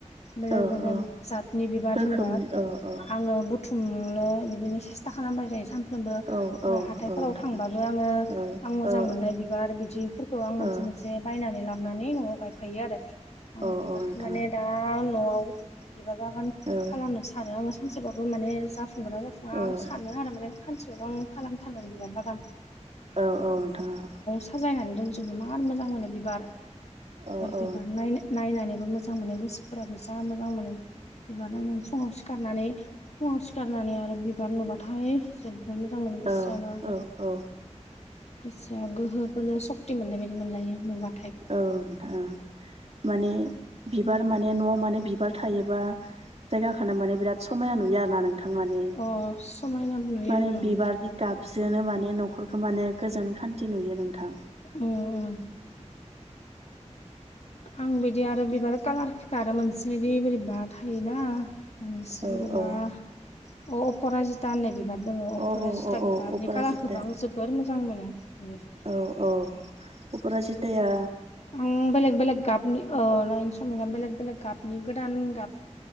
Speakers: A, on the left (about 60°); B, on the right (about 60°).
A: बेलेग
B: औ
A: बेलेग
B: औ
A: जातनि बिबार
B: रोखोम
A: जेनेबा
B: औ औ
A: आङो बुथुमनो बिदिनो सेस्था खालाम खालामबाय थायो सानफ्रोमबो ओफ्राय
B: औ औ
A: हाथायफोराव
B: नोंथां
A: थांबाबो आङो
B: औ
A: आं मोजां
B: औ
A: मोननाय बिबार बिदिफोरखौ आं मोनसे
B: औ
A: मोनसे बायनानै लाबनानै न'आव गायफैयो आरो आं
B: औ
A: बिबारखौ
B: औ नोंथां
A: माने दा अ न'आव बिबार बागान
B: औ
A: खालामनो सानो आङो सानसेबाबो माने जाफुंगोना जाफु
B: औ
A: खानसेबाबो आं खालाम थारगोन बिबार बागान
B: औ औ नोंथां
A: साजायनानै दोनजोबनो मार मोजां मोनो बिबार
B: औ औ नोंथां औ
A: बिबार नायनो नायनानैबो मोजां मोनो गोसोफोराबो जा मोजां मोनो बिबार नायनानै फुङाव सिखा सिखारनानै फुङाव सिखारनानै आरो बिबार नुबाथाय जोबबोर मोजां मोनो गोसोआ
B: औ
A: नो आरो
B: औ औ
A: गोसोआ गोहो बोलो स- क्ति मोननायबायदि मोनलायो नुबा
B: औ नोंथां माने बिबार माने न'आव माने बिबार थायोबा जायगााखो माने बिराद समायना नुयो आरोना नोंथां माने
A: अ समायना नुयो
B: माने
A: ओं
B: बिबारनि गाबजोनो माने न'खरखौ माने गोजोन खान्थि नुयो नोंथां
A: उम उम आं बिदि आरो बिबार कालारफोरखौ आरो मोनसेदि बोरैबा थायोना मोनसे
B: औ
A: बोरैबा
B: औ
A: अ अपरा जिता होननाय बिबार दङ अपरा
B: औ औ
A: जिता
B: औ औ
A: बिबारनि
B: अपराजिता
A: कालारखौबो आं जोबोर मोजां मोनो बेयो
B: औ औ अपरा जिथाया
A: आं बेलेग बेलेग गाबनि समे <unintelligible> बेलेग बेलेग गाबनि गोदान गाब